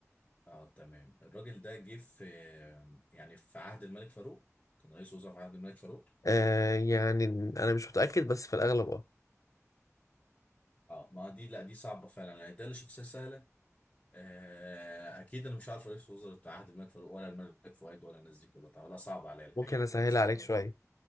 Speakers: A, on the left (about 25°); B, on the left (about 80°).
A: اه تمام الراجل ده جه في آه، يعني في عهد الملك فاروق كان رئيس وزراء في عهد الملك فاروق
B: آه يعني انا مش متاكد بس في الاغلب اه
A: اه ما دي لا دي صعبه فعلا يعني ده اللي شخصيه سهله آه اكيد انا مش عارف رئيس وزراء عهد الملك فاروق ولا الملك فؤاد ولا الناس دي كلها طبعا لا صعب عليا الحقيقه
B: ممكن اسهل
A: دي صعبه
B: عليك
A: قوي
B: شويه